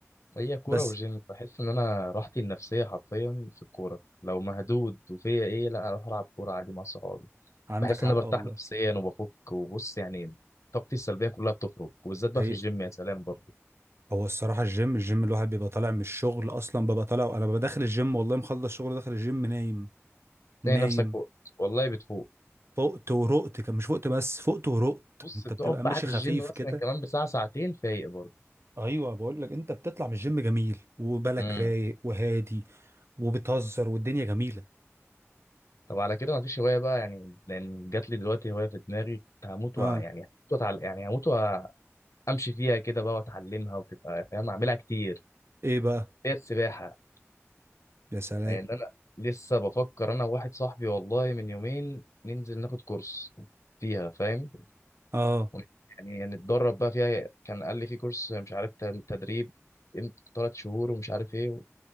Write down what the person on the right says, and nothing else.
بس
عندك
حق
والله
هي
هو الصراحة الجيم الجيم الواحد بيبقى طالع من الشغل أصلا ببقى طالع أنا ببقى داخل الجيم والله مخلص شغل داخل الجيم نايم
نايم
فقت ورقت كان مش فقت بس فقت ورقت
أنت
بتبقى
ماشي
خفيف
كده
أيوة بقول لك أنت بتطلع من الجيم جميل وبالك
رايق وهادي وبتهزر والدنيا جميلة
أه
إيه بقى
يا سلام
أه